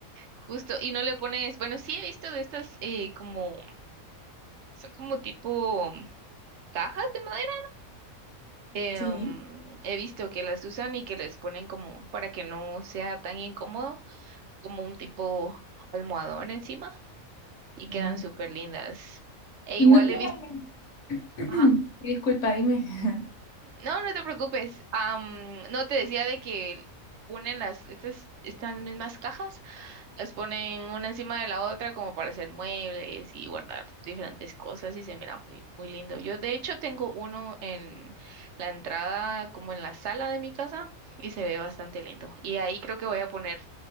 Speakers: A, on the right; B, on the left.
A: Justo, y no le pones, bueno, sí he visto de estas eh, como, son como tipo cajas de madera. eh,
B: Sí.
A: um, he visto que las usan y que les ponen como para que no sea tan incómodo, como un tipo almohadón encima y
B: Sí.
A: quedan súper lindas. E
B: Y
A: igual
B: no tienen...
A: he visto,
B: <clears throat>
A: ajá.
B: Disculpa, dime. <laughs>
A: No, no te preocupes. Am, no te decía de que ponen las, estas, estas mismas cajas, las ponen una encima de la otra como para hacer muebles y guardar diferentes cosas y se mira muy, muy lindo. Yo de hecho tengo uno en la entrada, como en la sala de mi casa, y se ve bastante lindo. Y ahí creo que voy a poner